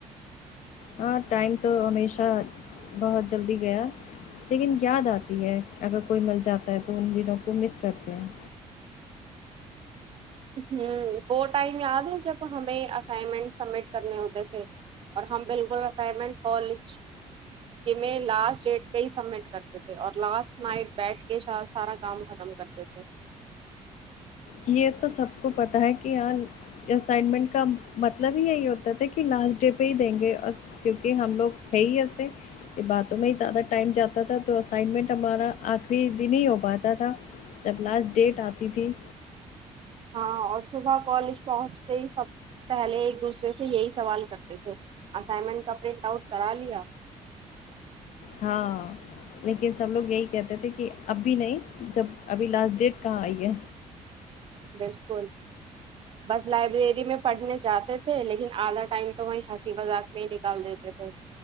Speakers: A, on the left; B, on the right.
A: ہاں ٹائم تو ہمیشہ بہت جلدی گیا لیکن یاد آتی ہے اگر کوئی مل جاتا ہے تو ان دنوں کو مس کرتے ہیں
B: ھمم وہ ٹائم یاد ہے جب ہمیں اسائنمنٹ سبمٹ کرنے ہوتے تھے اور ہم بلکل اسائنمنٹ کالج کہ میں لاسٹ ڈیٹ پہ ہی سبمٹ کرتے تھے اور لاسٹ نائٹ بیٹھ کے سارا کام ختم کرتے تھے
A: یہ تو سب کو پتا ہے کہ اں اسائنمنٹ کا مطلب ہی یہی ہوتا تھا کہ لاسٹ ڈے پہ ہی دیں گے کیونکہ ہم لوگ ہے ہی ایسے باتوں میں ہی زیادہ ٹائم جاتا تھا تو اسائنمنٹ ہمارا آخری دن ہی ہو پاتا تھا جب لاسٹ ڈیٹ آتی تھی
B: ہاں اور صبح کالج پہنچتے ہی سب پہلے ایک دوسرے سے یہی سوال کرتے تھے اسائنمنٹ کا پرنٹ آؤٹ کرا لیا
A: ہاں لیکن سب لوگ یہی کہتے تھے کہ اب بھی نہیں جب ابھی لاسٹ ڈیٹ کہاں آئی ہے
B: بلکل بس لائبریری میں پڑھنے جاتے تھے لیکن آدھا ٹائم تو وہیں ہنسی مذاق میں ہی نکال دیتے تھے